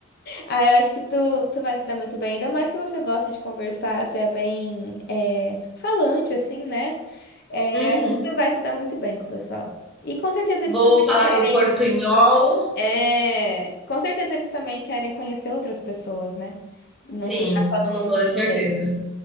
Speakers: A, on the left; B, in the centre.
A: Ah, eu acho que tu, tu vai se dar muito bem, ainda mais que você gosta de conversar, você é bem é, falante, assim, né? É,
B: Uhum.
A: acho que tu vai se dar muito bem com o pessoal. E com certeza eles
B: Vou
A: também
B: falar
A: querem.
B: meu portunhol.
A: É, com certeza eles também querem conhecer outras pessoas, né? Não
B: Sim,
A: ficar só no
B: com
A: mundinho
B: toda certeza.
A: deles.